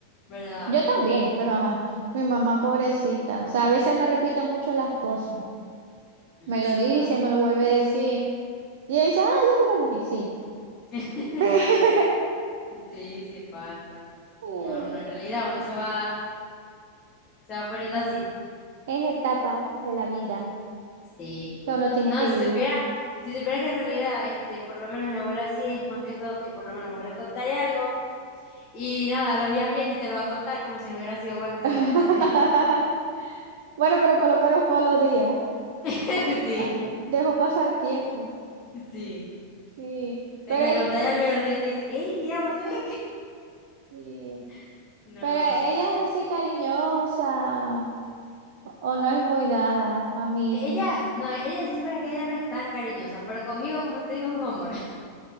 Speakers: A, on the left (about 25°); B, on the right (about 55°).
A: ¿Verdad?
B: Yo también, pero ajá, mi mamá pobrecita. O sea, a veces me repite mucho las cosas.
A: Mm,
B: Me
A: sí
B: lo dice,
A: pasa.
B: me lo vuelve a decir. Y ella dice, ah, ya te lo dije, sí.
A: <laughs>
B: <laughs>
A: Sí, sí pasa.
B: Eh,
A: No, uno en realidad uno se va, se va poniendo así.
B: Es etapa de la vida
A: Sí.
B: que uno tiene
A: No,
B: que
A: si
B: vivir.
A: supiera, si supiera que en realidad, este, por lo menos mi abuela sí es más que todo que por lo menos vos le contáis algo y nada, los días bien y te lo va a contar como si no hubiera sido vos las que se
B: <laughs>
A: lo contaste.
B: Bueno, pero por lo menos fue los días.
A: <laughs> Sí,
B: Ah, Dejó pasar tiempo.
A: sí.
B: Sí,
A: De
B: pero,
A: que le
B: e-
A: contáis algo y a los días te dice, hey, mira, vos sabías que...
B: sí,
A: <laughs> No.
B: pero ella es así cariñosa. O no es muy dada a mí.
A: E- Ella, no, ella sí supiera que ella no es tan cariñosa, pero conmigo, como te digo, es un amor. <laughs>